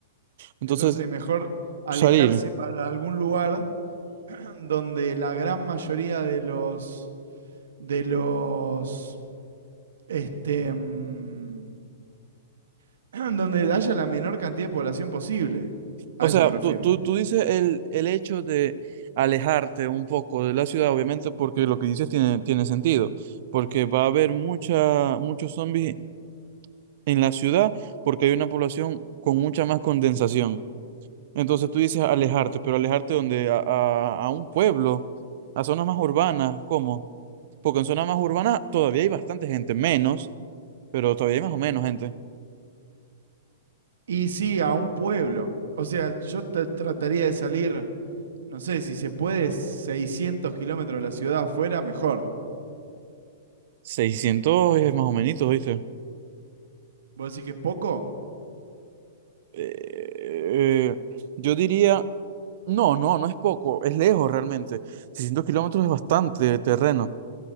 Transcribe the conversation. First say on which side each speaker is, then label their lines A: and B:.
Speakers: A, on the right; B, on the right.
A: Entonces,
B: Entonces, mejor alejarse
A: salir.
B: para algún lugar donde la gran mayoría de los de los este mm, <clears throat> donde haya la menor cantidad de población posible. A
A: O
B: eso
A: sea,
B: me refiero.
A: tú, tú, tú dices el, el hecho de alejarte un poco de la ciudad, obviamente, porque lo que dices tiene, tiene sentido, porque va a haber mucha, muchos zombies en la ciudad, porque hay una población con mucha más condensación. Entonces tú dices alejarte, pero alejarte donde a, a, a un pueblo, a zonas más urbanas, ¿cómo? Porque en zonas más urbanas todavía hay bastante gente, menos, pero todavía hay más o menos gente.
B: Y sí, a un pueblo. O sea, yo tra- trataría de salir, no sé, si se puede, 600 kilómetros de la ciudad afuera, mejor.
A: 600 es más o menos, ¿viste?
B: ¿Vos decís que es poco?
A: Eh, eh, yo diría... No, no, no es poco, es lejos realmente. 600 kilómetros es bastante terreno.